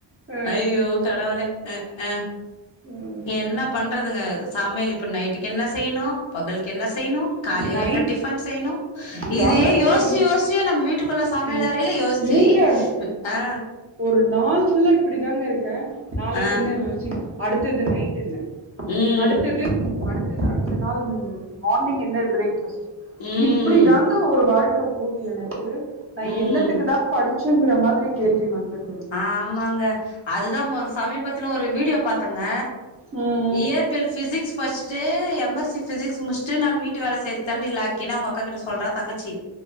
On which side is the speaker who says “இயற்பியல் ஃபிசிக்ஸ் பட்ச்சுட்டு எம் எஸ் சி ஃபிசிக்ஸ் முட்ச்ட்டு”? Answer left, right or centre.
Left